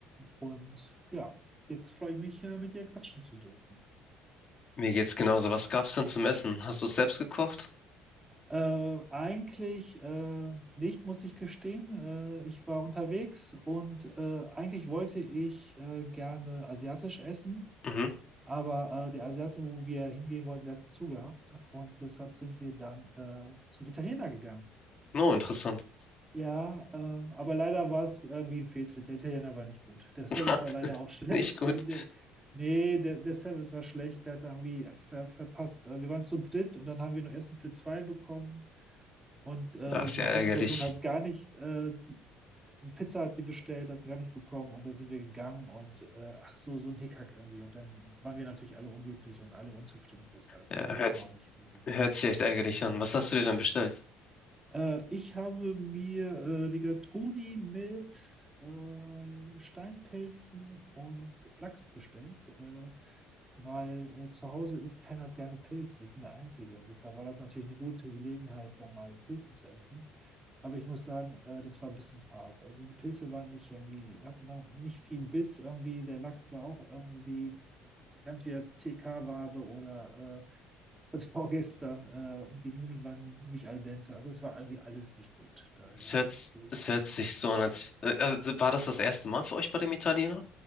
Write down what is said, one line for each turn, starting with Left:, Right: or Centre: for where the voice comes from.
Right: und ja, jetzt freue ich mich, äh, mit dir quatschen zu dürfen.
Left: Mir geht's genauso. Was gab's denn zum Essen? Hast du es selbst gekocht?
Right: Äh, eigentlich äh, nicht, muss ich gestehen. Äh, ich war unterwegs und äh, eigentlich wollte ich äh, gerne asiatisch essen,
Left: Mhm.
Right: aber äh, der Asiate, wo wir hingehen wollten, der hatte zugehabt und deshalb sind wir dann äh, zum Italiener gegangen.
Left: No, interessant.
Right: Ja, ähm, aber leider war es irgendwie ein Fehltritt. Der Italiener war nicht gut. Der Service
Left: <laughs>
Right: war leider auch <laughs> schlecht.
Left: Nicht gut.
Right: Der, der, nee, der, der Service war schlecht. Der hat da irgendwie ver, verpasst. Äh, Wir waren zu dritt und dann haben wir nur Essen für zwei bekommen. Und äh,
Left: Das ist
Right: die
Left: ja ärgerlich.
Right: dritte Person hat gar nicht, äh, die Pizza hat sie bestellt, hat sie gar nicht bekommen und dann sind wir gegangen und äh, ach so, so ein Hickhack irgendwie. Und dann waren wir natürlich alle unglücklich und alle unzufrieden deshalb.
Left: Ja,
Right: Und das Essen
Left: hört's,
Right: war auch nicht glücklich.
Left: hört sich echt ärgerlich an. Was hast du dir dann bestellt?
Right: Äh, ich habe mir äh, Rigatoni mit äh, Steinpilzen und Lachs bestellt, äh, weil äh, zu Hause isst keiner gerne Pilze. Ich bin der Einzige und deshalb war das natürlich eine gute Gelegenheit, da mal Pilze zu essen. Aber ich muss sagen, äh, das war ein bisschen fad. Also die Pilze waren nicht irgendwie, hatten noch nicht viel Biss irgendwie. Der Lachs war auch irgendwie entweder TK-Ware oder äh, von <laughs> vorgestern äh, und die Nudeln waren nicht al dente. Also es war irgendwie alles nicht gut. Daher
Left: Es hört,
Right: alles.
Left: es hört sich so an, als, äh, also war das das erste Mal für euch bei dem Italiener?